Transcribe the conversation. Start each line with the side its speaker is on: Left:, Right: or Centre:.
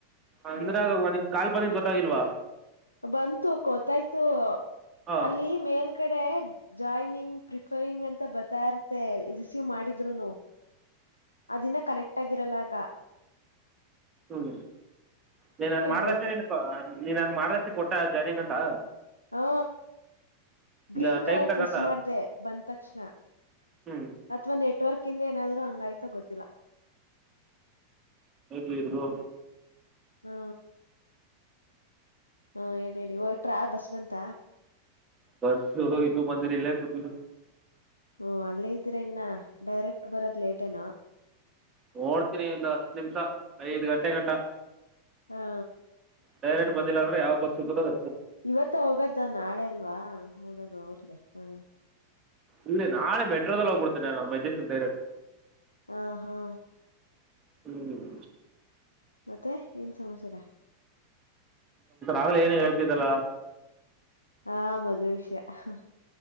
Right: ಅಂದ್ರೆ
Left: ಏ
Right: ಅದು ಒನ್ ಕಾಲ್ ಪಂದಿ ಗೊತ್ತಾಗಿಲ್ವಾ
Left: ಬಂತು ಗೊತ್ತಾಯ್ತು
Right: ಹಾಂ
Left: ಅಲ್ಲಿ ಮೇಲ್ ಕಡೆ ಜಾಯ್ನಿಂಗ್ ಪ್ರಿಫರಿಂಗ್ ಅಂತ ಬತಾ ಇರ್ತೆ ರಿಸೀವ್ ಮಾಡಿದ್ರುನು ಅದನ್ನ ಕನೆಕ್ಟ್ ಆಗಿರಲಾಗ
Right: ಹ್ಮ್ ನೀನ್ನ್ ಮಾಡ್ದಷ್ಟೆ
Left: ಎಂಡ್ ಆಯ್ತು
Right: ನೀನ್ ನೀನ್ ಮಾಡ್ರಷ್ಟೆ ಕೊಟ್ಟ ಜರ್ನಿಂಗ ಅಂತ
Left: ಹಾ
Right: ಇಲ್ಲ
Left: ಗ್ರೀನ್ ಕಲರ್
Right: ಟೈಮ್ ತಗತ್ತಾ
Left: ಪ್ರೆಸ್ ಮಾಡ್ದ ಬಂದ ತಕ್ಷಣ
Right: ಹ್ಞೂ
Left: ಅಥವಾ ನೆಟ್ವರ್ಕ್ ಇಿಂದ ಏನಾದ್ರೂ ಹಂಗಾಯ್ತ ಗೊತ್ತಿಲ್ಲ
Right: ಎ ಜಿರ್ಬೋ
Left: ಹಾ ಹಾ ಹೇಳಿ ಹೇಳಿ ಒ ಟ್ರಾ ಬಸ್ ಬಂತ
Right: ಬಸ್ಸು ಇನ್ನುೂ ಬಂದನ ಇಲ್ಲೇ ಇ
Left: ಹ್ಮ ಅಲ್ಲೇ ಇದೀರಾ ಇನ್ನ ಡೈರೆಕ್ಟ್ ಬರೋದ್ ಲೇಟೇನೊ
Right: ನೋಡ್ತೀನಿ ಇಂದು ಹತ್ತ ನಿಮಿಷ ಐದ್ ಗಂಟೆ ಗಂಟ
Left: ಹಾ
Right: ಡೈರೆಕ್ಟ್ ಬಂದಿಲ್ಲಂದ್ರೆ ಯಾವ ಬಸ್ ಸಿಗುತ್ತದದು
Left: ಇವತ್ತ ಹೋಗದ ನಾಳೆ ಅಲ್ವಾ ಹೋಗದು ಅವ್ರಗೆ ಹಾ
Right: ಇಲ್ಲಿ ನಾಳೆ ಮೆಟ್ರೋದಲ್ಲಿ ಹೋಗ್ಬಿಡ್ತೇನೆ ನ ಮಜೇಶ್ನ್ ಡೈರೆಟ್
Left: ಹಾ ಹಾ
Right: ಹ್ಮ್
Left: ಮತ್ತೆ ಏನ್ ಸಮಾಚಾರ
Right: ಆಗ್ಲೇ ಏನ ಹೇಳ್ತಿದ್ದಲ್ಲ
Left: ಹಾ ಮದುವೆ ವಿಷಯ ಹಾ